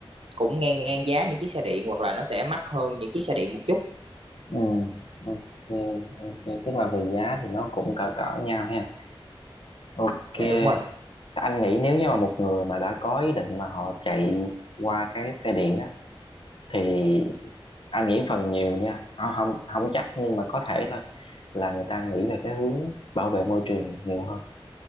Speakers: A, on the right; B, on the left.
A: cũng ngang ngang giá những chiếc xe điện hoặc là nó sẽ mắc hơn những chiếc xe điện một chút
B: ừ ok ok tức là về giá thì nó cũng cỡ cỡ nhau ha ok
A: dạ đúng rồi
B: anh nghĩ nếu như mà một người mà đã có ý định mà họ chạy qua cái xe điện á thì anh nghĩ phần nhiều nha không không không chắc nhưng mà có thể thôi là người ta nghĩ về cái hướng bảo vệ môi trường nhiều hơn